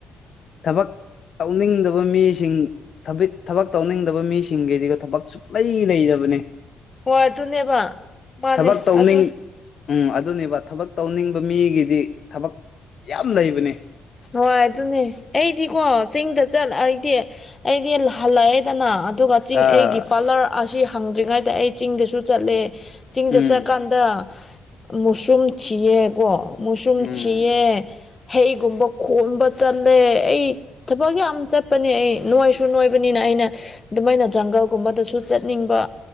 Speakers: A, on the left (about 55°); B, on the left (about 25°).
A: ꯊꯕꯛ ꯇꯧꯅꯤꯡꯗꯕ ꯃꯤꯁꯤꯡ ꯊꯛ ꯊꯕꯛ ꯇꯧꯅꯤꯡꯗꯕ ꯃꯤꯁꯤꯡꯒꯤꯗꯤꯒꯣ ꯊꯕꯛ ꯁꯨꯛꯂꯩ ꯂꯩꯇꯕꯅꯦ
B: ꯍꯣꯏ ꯑꯗꯨꯅꯦꯕ ꯃꯥꯅꯦ
A: ꯊꯕꯛ ꯇꯧꯅꯤꯡ
B: ꯑꯗꯨ
A: ꯎꯝ ꯑꯗꯨꯅꯦꯕ ꯊꯕꯛ ꯇꯧꯅꯤꯡꯕ ꯃꯤꯒꯤꯗꯤ ꯊꯕꯛ ꯌꯥꯝ ꯂꯩꯕꯅꯦ
B: ꯍꯣꯏ ꯑꯗꯨꯅꯦ ꯑꯩꯗꯤꯀꯣ ꯆꯤꯡꯗ ꯆꯜ ꯑꯩꯗꯤ ꯑꯩꯗꯤ ꯍꯜꯂꯛꯑꯦꯗꯅ ꯑꯗꯨꯒ ꯆꯤꯡ
A: ꯑꯥ
B: ꯑꯩꯒꯤ ꯄꯥꯂꯔ ꯑꯁꯤ ꯍꯪꯗ꯭ꯔꯤꯉꯩꯗ ꯑꯩ ꯆꯤꯡꯗꯁꯨ ꯆꯠꯂꯦ ꯆꯤꯡꯗ
A: ꯎꯝ
B: ꯆꯠꯀꯥꯟꯗ ꯗ ꯃꯨꯁꯔꯨꯝ ꯊꯤꯌꯦꯀꯣ ꯃꯨꯁꯔꯨꯝ
A: ꯎꯝ
B: ꯊꯤꯌꯦ ꯍꯩꯒꯨꯝꯕ ꯈꯣꯝꯕ ꯆꯠꯂꯦ ꯑꯩ ꯊꯕꯛ ꯌꯥꯝ ꯆꯠꯄꯅꯦ ꯑꯩ ꯅꯣꯏꯁꯨ ꯅꯣꯏꯕꯅꯤꯅ ꯑꯩꯅ ꯑꯗꯨꯃꯥꯏꯅ ꯖꯪꯒꯜꯒꯨꯝꯕꯗꯁꯨ ꯆꯠꯅꯤꯡꯕ